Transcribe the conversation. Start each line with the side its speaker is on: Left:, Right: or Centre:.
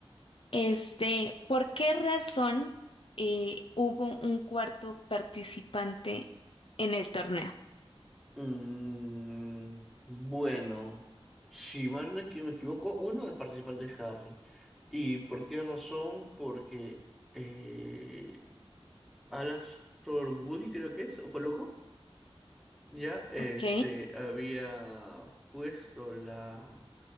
Left: Este, ¿por qué razón eh, hubo un cuarto participante en el torneo?
Centre: Mm, bueno, si mal no es que me equivoco, uno, el participante es Harry. ¿Y por qué razón? Porque eh, Alastor Woody, creo que es, ojo loco, ya este,
Left: Ok,
Centre: había puesto la,